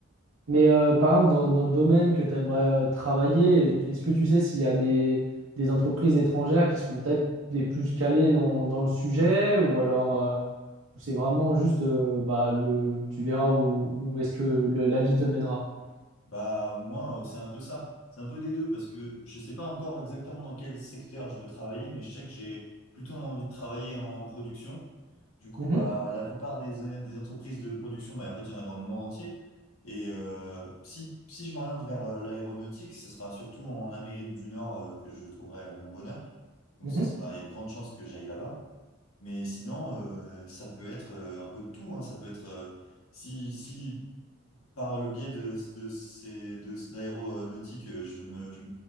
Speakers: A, on the right; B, on the left.
A: Mais euh, par exemple, dans, dans le domaine que tu aimerais travailler, est-ce que tu sais s'il y a des, des entreprises étrangères qui seront peut-être les plus calées dans, dans le sujet ou alors euh, ou c'est vraiment juste euh, bah, le, tu verras où, où est-ce que le- la vie te mènera.
B: Bah moi, euh, c'est un peu ça. C'est un peu des deux parce que je sais pas encore exactement dans quel secteur je veux travailler, mais je sais que j'ai plutôt envie de travailler en production. Du coup,
A: Mhm,
B: bah la plupart des, des entreprises de production, bah en fait, il y en a dans le monde entier. Et euh, si, si je m'oriente vers euh, l'aéronautique, ce sera surtout en Amérique du Nord euh, que je trouverai euh, mon bonheur. Donc
A: mhm,
B: ce sera, il y a de grandes chances que j'aille là-bas. Mais sinon, euh, ça peut être euh, un peu de tout, hein. Ça peut être euh, si, si par le biais de, de ces, de l'aéronautique, euh, je me, je,